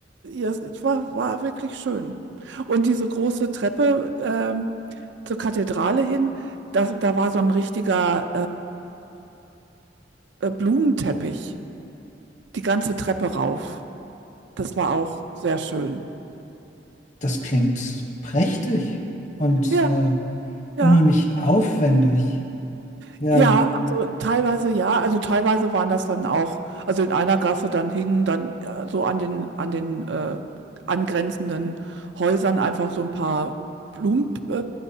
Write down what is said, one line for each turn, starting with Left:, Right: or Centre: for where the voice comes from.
Right: ja, es es war, war wirklich schön. Und diese große Treppe ähm, zur Kathedrale hin, das, da war so ein richtiger äh, äh, Blumenteppich, die ganze Treppe rauf. Das war auch sehr schön.
Left: das klingt prächtig und
Right: Ja,
Left: äh,
Right: ja.
Left: unheimlich aufwendig. Ja,
Right: Ja, also teilweise ja, also teilweise waren das dann auch also in einer Gasse dann hingen dann, äh, so an den an den, äh, angrenzenden Häusern einfach so ein paar Blumen äh,